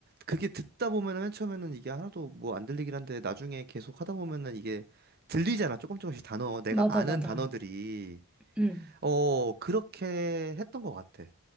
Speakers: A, on the right (about 45°); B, in the centre.
A: 그게 듣다 보면은 맨 처음에는 이게 하나도 뭐 안 들리긴 한데 나중에 계속 하다 보면은 이게 들리잖아. 조금 조금씩 단어 내가
B: 맞아,
A: 아는
B: 맞아.
A: 단어들이
B: 음,
A: 어, 그렇게 했던 것 같아.